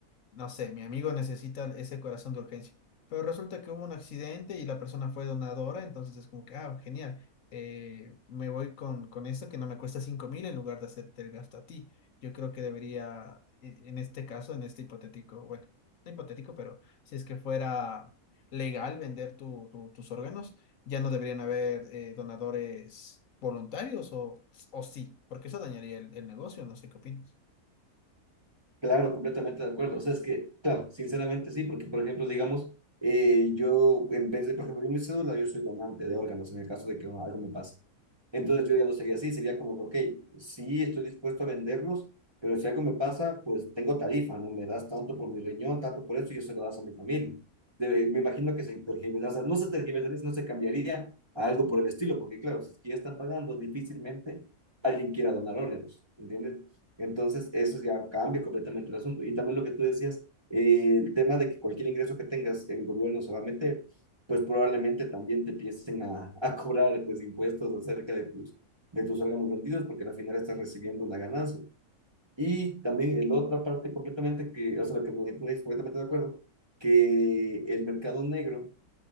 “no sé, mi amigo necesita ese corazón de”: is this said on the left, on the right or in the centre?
Left